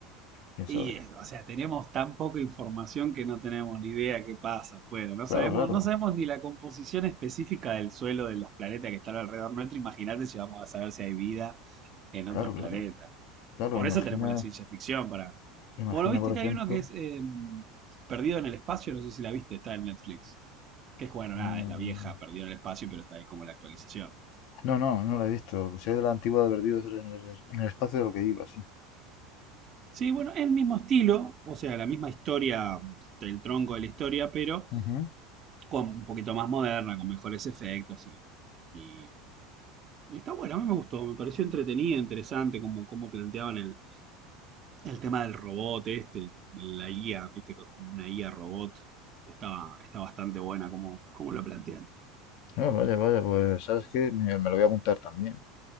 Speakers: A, on the left (about 60°); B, on the right (about 35°).
A: quién sabe.
B: Y, eh, o sea, tenemos tan poca información que no tenemos ni idea qué pasa afuera. No
A: Claro,
B: sabemos,
A: claro,
B: no sabemos ni la composición específica del suelo de los planetas que están alrededor nuestro. Imagínate si vamos a saber si hay vida en otros
A: claro, claro.
B: planetas.
A: Claro,
B: Por
A: imagina,
B: eso tenemos la ciencia ficción para...
A: imagina,
B: Bueno, viste
A: por ejemplo.
B: que hay uno que es eh, Perdido en el espacio, no sé si la viste, está en Netflix. Que es, bueno, nada,
A: mm,
B: es la vieja, perdió el espacio, pero está ahí como la actualización.
A: No, no, no la he visto. Soy de la antigua de perdidos en el, en el espacio de lo que iba, sí.
B: Sí, bueno, el mismo estilo, o sea, la misma historia, el tronco de la historia, pero
A: Ujú.
B: con un poquito más moderna, con mejores efectos y, y y está bueno, a mí me gustó, me pareció entretenida, interesante como, como planteaban el, el tema del robot este, la IA, viste, como una IA robot. Está, está bastante buena como, como lo plantean.
A: Ah, vaya, vaya, pues ¿sabes qué? Me, me lo voy a apuntar también.